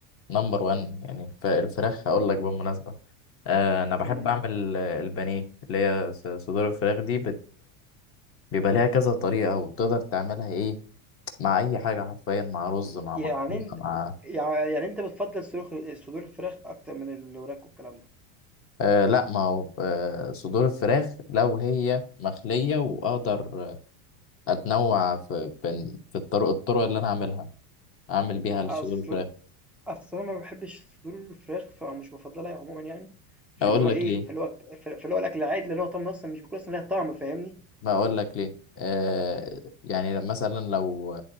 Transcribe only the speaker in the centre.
إمم.
يعني
أنت
يع يعني أنت بتفضّل صدور صدور الفراخ أكتر من الوراك والكلام ده.
أصل
أصل أنا ما باحبش صدور الفراخ ف أو مش بافضّلها عمومًا يعني،
فاللي هو
إيه،
فاللي هو ف فاللي هو الأكل العادي اللي هو طعمه أصلًا مش بيكون أصلًا ليها طعم فاهمني،